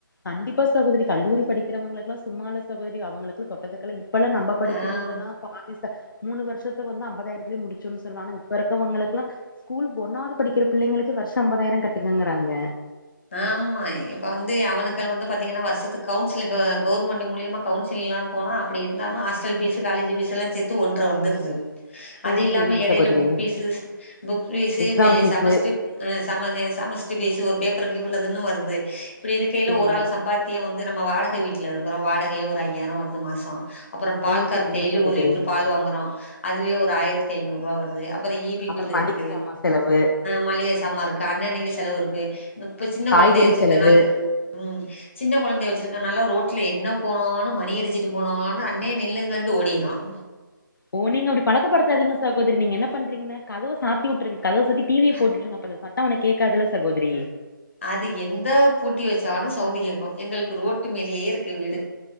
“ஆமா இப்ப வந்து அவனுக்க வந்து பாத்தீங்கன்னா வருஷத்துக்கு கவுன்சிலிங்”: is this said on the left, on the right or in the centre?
Left